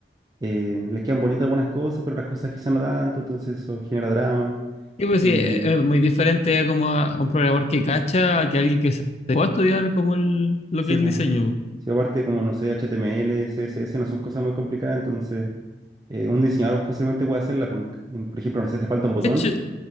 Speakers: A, on the right; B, on the left.
A: eh, les quedan bonitas algunas cosas, pero otras cosas quizás no tanto, entonces eso genera drama.
B: Sí, pues
A: Y
B: sí, eh, es muy diferente como a, a un programador que cacha, a que alguien que se se pueda estudiar como el- lo
A: Sí,
B: que es
A: pues.
B: el diseño.
A: Sí, aparte, como no sé, H T M L C S S no son cosas muy complicadas, entonces eh, un diseñador fácilmente puede hacerla. Por, por ejemplo, no sé, te falta un botón
B: De hecho,